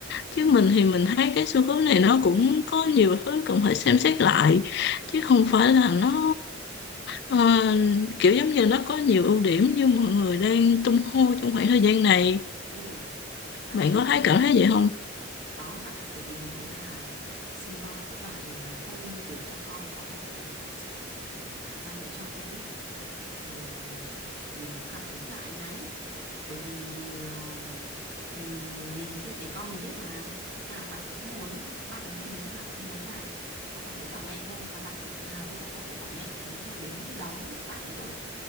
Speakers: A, on the left; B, on the right.
A: chứ mình thì mình thấy cái xu hướng này nó cũng có nhiều thứ cần phải xem xét lại chứ không phải là nó ờ, kiểu giống như nó có nhiều ưu điểm như mọi người đang tung hô trong khoảng thời gian này
B: ừ thực ra
A: bạn
B: thì mình
A: có thấy
B: cũng
A: cảm thấy vậy không
B: đó bạn ạ bởi vì mình thấy là sinh con đã vất vả rồi mà không để cho con có một ờ, kiểu là gia đình trọn vẹn ý thì mình cũng cảm thấy rất là áy náy bởi vì ờ, mình mình sinh đẻ con mình biết mà lúc nào bạn ấy cũng muốn bạn lớn nhà mình lúc nào cũng muốn là có cả bố cả mẹ thôi và bạn ấy rất tự hào khi có có bố cả mẹ nếu mà đến đón bạn ấy ở